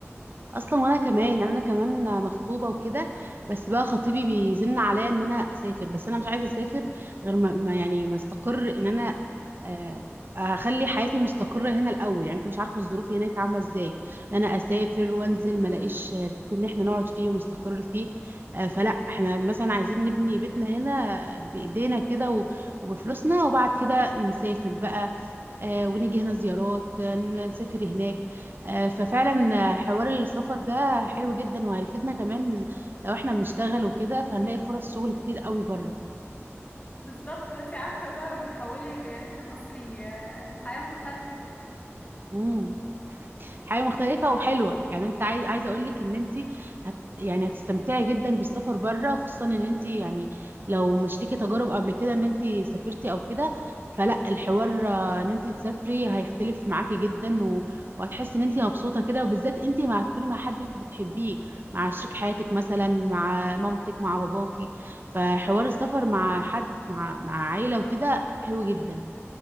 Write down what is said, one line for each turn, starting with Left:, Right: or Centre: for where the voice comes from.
Right: اصلا وانا كمان يعني انا كمان مخطوبة وكده بس بقى خطيبي بيزن عليا ان انا اسافر بس انا مش عايزة اسافر غير ما ما- يعني ما استقر ان انا آه، اخلي حياتي مستقره هنا الاول يعني انت مش عارفه الظروف هناك عامله ازاي إن انا اسافر وانزل
Left: امم
Right: ما الاقيش بيت ان احنا نقعد فيه ونستقر فيه آه، فلا احنا مثلا عايزين نبني بيتنا هنا بايدينا كده و- وبفلوسنا وبعد كده نسافر بقى آه، ونيجي هنا زيارات آه، نسافر هناك آه، ففعلا آه، حوار السفر ده حلو جدا وهيفيدنا كمان لو احنا بنشتغل وكده فهنلاقي فرص شغل كتير قوي بره
Left: بالظبط وانتي عارفه بقى لما تحولي الريالات لمصري آه، الحياه مختلفه
Right: امم حاجه مختلفه وحلوه يعني انت عايز عايزه اقول لك ان انت هت يعني هتستمتعي جدا بالسفر بره خصوصا ان انت يعني لو مش ليكي تجارب قبل كده ان انت سافرتي او كده فلا الحوار آه، ان انت تسافري هيختلف معاكي جدا و... وهتحسي ان انت مبسوطه كده وبالذات انت ما هتكوني مع حد بتحبيه مع شريك حياتك مثلا مع مامتك مع باباكي فحوار السفر مع حد مع مع عيله وكده حلو جدا